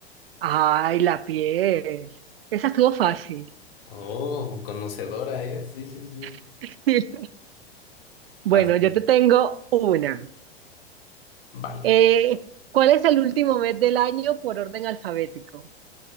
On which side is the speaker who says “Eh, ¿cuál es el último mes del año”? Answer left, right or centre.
Right